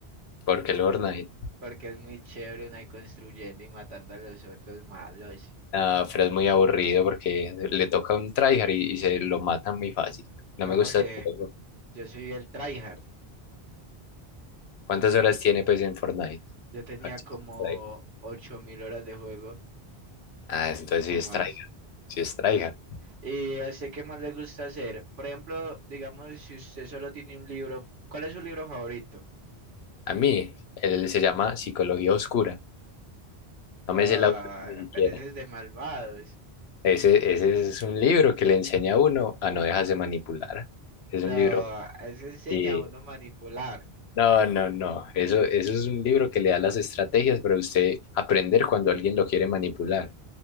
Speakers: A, on the left; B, on the right.
A: porque el Fortnite,
B: porque es muy chévere uno ahí construyendo y matando a los otros malos.
A: ah, pero es muy aburrido porque le toca un tryhard y, y se lo matan muy fácil. No
B: No,
A: me gusta
B: porque
A: el juego.
B: yo soy el tryhard.
A: ¿Cuántas horas tiene pues en Fortnite?
B: Yo tenía
A: A ver si
B: como
A: es tryhard.
B: 8000 horas de juego
A: Ah, entonces
B: o
A: sí es
B: más.
A: tryhard. si es tryhard.
B: Y así qué más le gusta hacer. Por ejemplo, digamos, si usted solo tiene un libro, ¿cuál es su libro favorito?
A: A mí, él se llama Psicología Oscura. No
B: Ah,
A: me sé el autor ni siquiera.
B: pero eso es de malvados.
A: Ese, ese es un libro que le enseña a uno a no dejarse manipular. Es
B: No,
A: un libro
B: eso enseña
A: que...
B: a uno manipular.
A: No, no, no. Eso, eso es un libro que le da las estrategias para usted aprender cuando alguien lo quiere manipular.